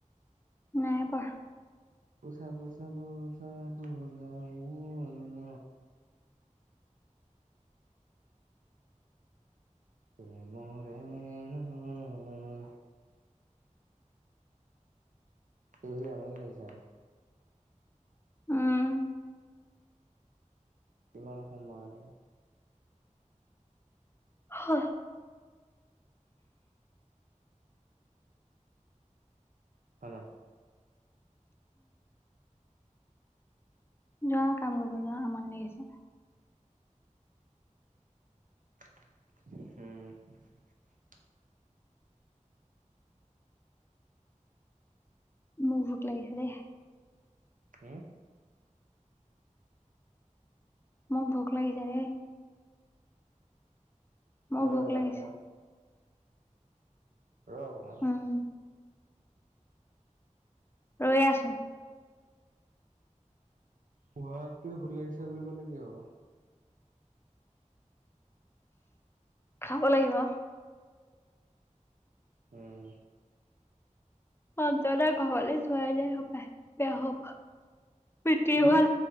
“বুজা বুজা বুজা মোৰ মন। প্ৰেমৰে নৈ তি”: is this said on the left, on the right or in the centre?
Right